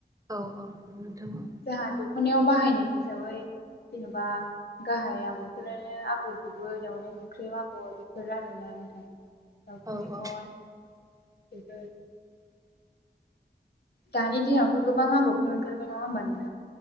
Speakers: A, on the right; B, on the left.
A: औ औ नोंथां औ।
B: जोंहा दखनायाव बाहायनाय हिसाबै जेनबा गाहाय आगरफोरानो आगर गुबै दाावराइ मोख्रेब आगर बेफोर आरोना नोंथां। दावस्रि
A: औ
B: मेगन
A: औ
B: बेफोर दानि दिनावथ' गोबां आगरफोर ओंखारबाय नङा होमबानो